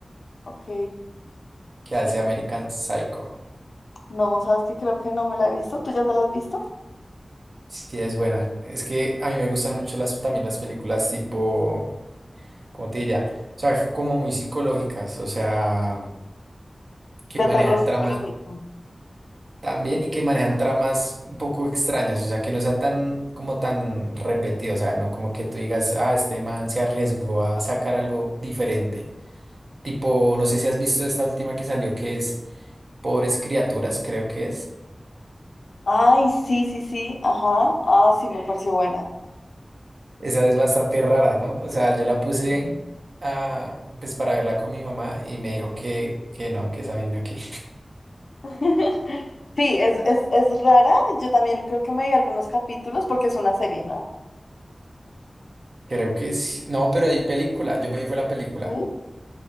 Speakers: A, on the left; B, on the right.
A: Ok.
B: que
A: Sí.
B: hace American Psycho.
A: No, ¿sabes qué? Creo que no me la he visto. ¿Tú ya te la has visto?
B: Sí, es buena. Es que a mí me gustan mucho las, también las películas tipo, ¿cómo te diría? O sea, como muy psicológicas, o sea, que
A: De
B: manejan
A: terror psicológico.
B: tramas también y que manejan tramas un poco extrañas, o sea, que no sea tan, como tan repetido, o sea, no como que tú digas, ah, este man se arriesgó a sacar algo diferente. Tipo, no sé si has visto esta última que salió que es Pobres Criaturas, creo que es.
A: Ay, sí, sí, sí, ajá. Ah, sí, me pareció buena.
B: Esa es bastante rara, ¿no? O sea, yo la puse
A: Sí.
B: ah, pues para verla con mi mamá y me dijo que, que no, que esa vaina que
A: <laughs> Sí, es, es, es rara. Yo también creo que me vi algunos capítulos porque es una serie, ¿no?
B: <laughs> creo que sí. No, pero hay película, yo me vi fue la película.
A: Sí.